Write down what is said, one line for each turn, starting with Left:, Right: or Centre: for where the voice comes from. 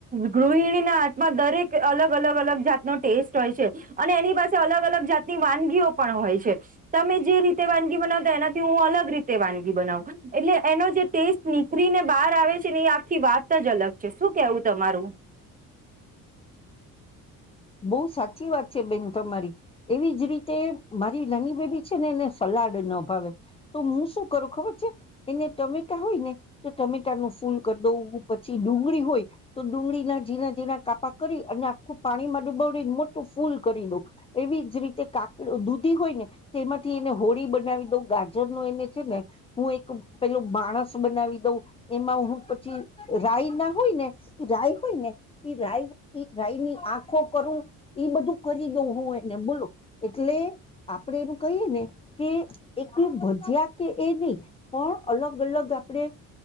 Right: ગૃહિણીના હાથમાં દરેક અલગ અલગ અલગ જાતનો ટેસ્ટ હોય છે અને એની પાસે અલગ અલગ જાતની વાનગીઓ પણ હોય છે તમે જે રીતે વાનગી બનાવતા એનાથી હું અલગ રીતે વાનગી બનાવું એટલે એનો જે ટેસ્ટ નીકળીને બહાર આવે છે ને એ આખી વાત જ અલગ છે શું કેવું તમારું.
Left: બહુ સાચી વાત છે બેન તમારી એવી જ રીતે મારી નાની બેબી છે ને એને સલાડ ના ભાવે તો હું શું કરું ખબર છે એને ટમેટા હોય ને તો ટમેટાનું ફૂલ કરી દઉં પછી ડુંગળી હોય તો ડુંગળીના ઝીણા ઝીણા કાપા કરી અને આખું પાણી માટે ડુબડીને મોટું ફૂલ કરી દઉં એવી જ રીતે કાકડી દૂધી હોય ને તેમાંથી એને હોળી બનાવી દઉં ગાજર નું એને છે ને હું એક પેલો માણસ બનાવી દઉં એમાં હું પછી રાય ના હોય ને રાય હોય ને એ રાય રાયની આંખો એ બધું કરી દઉ હું એને બોલો એટલે આપડે એમ કહીએ ને કે એટલું ભજ્યા કે એ નહી પણ અલગ અલગ આપણે